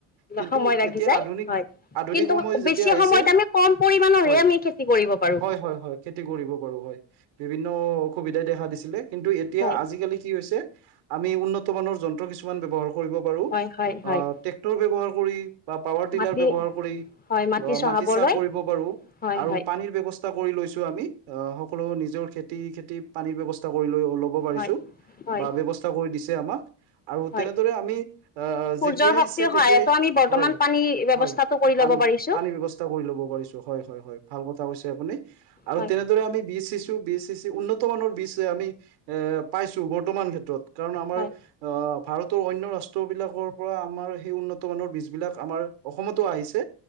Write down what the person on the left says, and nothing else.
সময় লাগি
যায়
হয়
কিন্তু
বেছি
সময়ত আমি কম পৰিমাণৰহে
আমি খেতি কৰিব পাৰো
হয়
হয় হয় হয়
মাটি
হয় চহাবলৈ
হয়
হয়
হয় হয়
হয়
সূৰ্যৰ শক্তিৰ
সহায়তো
আমি বৰ্তমান
পানী ব্যৱস্থাটো
কৰি ল'ব
পাৰিছো
হয়
হয়